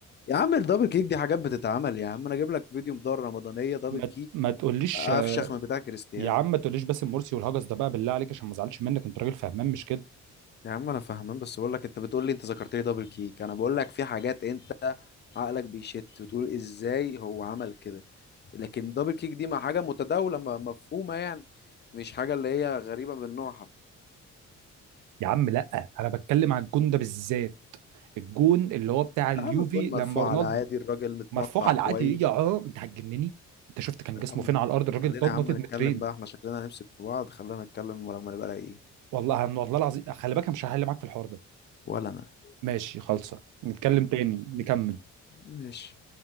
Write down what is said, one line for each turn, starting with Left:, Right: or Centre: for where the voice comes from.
Left: يا عم الدبل كيك دي حاجات بتتعمل يا عم انا اجيب لك فيديو مدار رمضانيه دبل
Right: ما
Left: كيك
Right: ما تقوليش
Left: افشخ من بتاع كريستيانو
Right: يا عم ما تقوليش باسم مرسي والهجس ده بقى بالله عليك عشان ما ازعلش منك انت راجل فهمان مش كده
Left: يا عم انا فاهمان بس بقول لك انت بتقول لي انت ذكرت لي دبل كيك انا بقول لك في حاجات انت عقلك بيشت وتقول ازاي هو عمل كده لكن دبل كيك دي مع حاجه متداوله م- مفهومه يعني مش حاجه اللي هي غريبه من نوعها
Right: يا عم لا انا بتكلم على الجون ده بالذات الجون اللي هو بتاع اليوفي
Left: يا عم الجون مرفوع
Right: لما رونالدو
Left: على عادي الراجل متمطع
Right: مرفوع على
Left: كويس
Right: العادي يا اه انت هتجنني انت شفت كان
Left: يا
Right: جسمه
Left: عم
Right: فين على الارض الراجل
Left: خلينا
Right: نط-
Left: يا
Right: نطت
Left: عم نتكلم
Right: مترين
Left: بقى احنا شكلنا هنمسك في بعض خلينا نتكلم لما نبقى رايقين
Right: والله والله العظيم خلي بالك أنا مش هحل معاك في الحوار ده
Left: ولا انا
Right: ماشي خالصه نتكلم تاني نكمل
Left: <laughs> ماشي